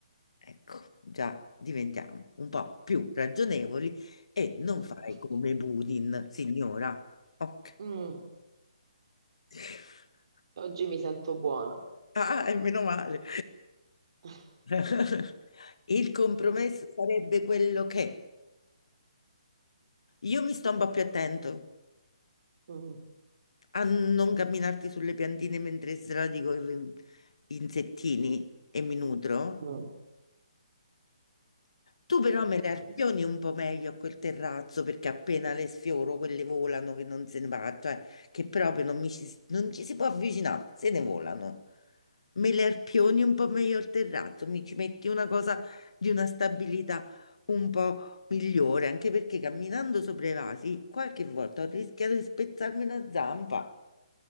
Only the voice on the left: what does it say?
Ecco, già diventiamo un po' più ragionevoli e non
fai come Putin, signora. Ok.
<laughs>
Ah, e meno male.
<laughs> Il compromesso sarebbe quello che io mi sto un po' più attento.
a non camminarti sulle piantine mentre sradico i- insettini e mi nutro.
Tu però me le
arpioni un po' meglio a quel terrazzo perché appena le sfioro quelle volano che non se ne va, cioè che proprio non, mi ci, non ci si può avvicinare, se ne volano. Me le arpioni un po' meglio al terrazzo, mi ci metti una cosa di una stabilità un po' migliore, anche perché camminando sopra i vasi qualche volta ho rischiato di spezzarmi una zampa.